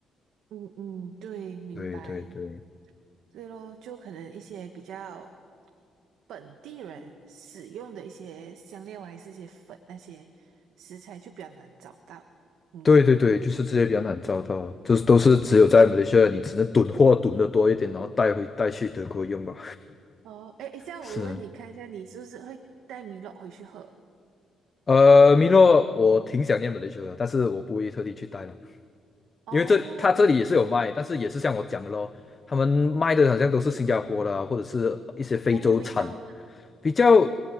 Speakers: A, on the right (about 80°); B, on the left (about 30°).
A: 嗯嗯，嗯对，明白。
B: 对对对
A: 对咯，就可能一些比较本地人使用的一些香料啊，还是一些粉那些食材就比较难找到。嗯，
B: 对对对，就是这些比较难找到，就是都是只有在马来西亚，你只能囤货囤的多一点，然后带回带去德国用吧。
A: 哦，诶，诶这样我问你看一下，
B: <laughs> 是，
A: 你是不是会带米露回去喝？
B: 呃，米诺，我挺想念马来西亚的，但是我不会特地去带了，
A: 哦，
B: 因为这他这里也是有卖，但是也是像我讲的咯，他们卖的好像都是新加坡的啊或者是一些非洲产，
A: 后面味道了，
B: 比较